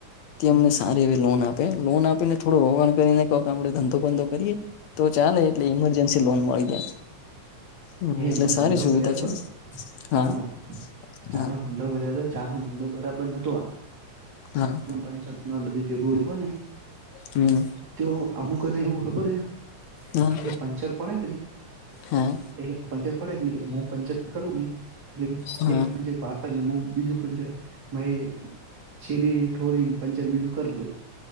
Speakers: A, on the left; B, on the right.
A: તે
B: હમ
A: અમને સારી એવી લોન આપે લોન આપીને થોડું રોકાણ કરીને કઈક આપણે ધંધો બંધો કરીએ. તો ચાલે એટલે ઇમરજન્સી લોન મળી જાય. હમ્મ,
B: મે
A: એટલે
B: એમને
A: સારી
B: ધંધો
A: સુવિધા
B: કર્યો હતો
A: છે
B: ચાનો
A: હા
B: ચાનો.
A: હા
B: ધંધો કર હતો ચાાલો ધંધો બરાબ નહોતોો આવતો.
A: હા
B: પંચા બધી ભેગું ને.
A: હમ
B: તો અમુકને એવું ખબર હ
A: હા
B: કે પંચર પડે નહી.
A: હા
B: એટલે પંચર પડેને એટલે હું પંચર કરું ને
A: હા
B: એટ પ. એ હ બીજું પણ છે. છેીલી ઠોરીને પંચર બીજું કરી દો